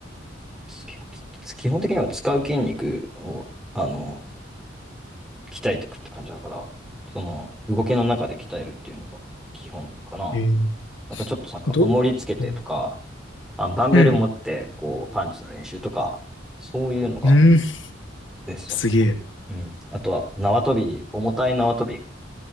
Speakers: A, in the centre; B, on the left.
A: つ結構つ基本的には使う筋肉を、あの、鍛えていくって感じだから、その動きの中で鍛えるっていうのが基本かな。
B: ん。えー、
A: なんかちょっとなんか重りつけてとか、
B: ど、うん
A: あダンベル持ってこうパンチの練習とか、
B: うん。
A: そういうのが
B: うん。
A: ベースだったかな。
B: すげえ。
A: うん。あとは縄跳び、重たい縄跳び